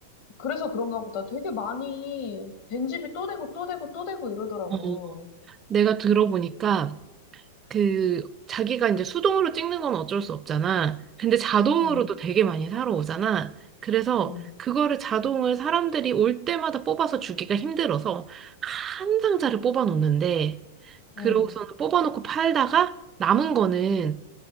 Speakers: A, on the left; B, on the right.
A: 그래서 그런가 보다. 되게 많이 된 집이 또 되고 또 되고 또 되고 이러더라고.
B: 어. 내가 들어보니까 그 자기가 이제 수동으로 찍는 건 어쩔 수 없잖아. 근데 자동으로도
A: 응, 응,
B: 되게 많이 사러 오잖아. 그래서
A: 응,
B: 그거를 자동을 사람들이 올 때마다 뽑아서 주기가 힘들어서 한 상자를 뽑아 놓는데 그러고서는
A: 응,
B: 뽑아 놓고 팔다가 남은 거는
A: 응,